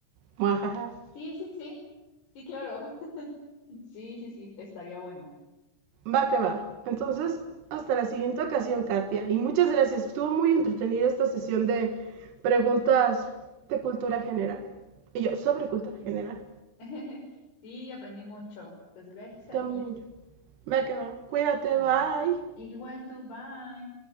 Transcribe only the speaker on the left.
Sí, sí, sí, sí, claro. <laughs> Sí, sí, sí, estaría bueno.
Sí,
sí. <laughs> Sí, aprendí mucho. Pues gracias
a ti.
Dale.
Igual tú, bye.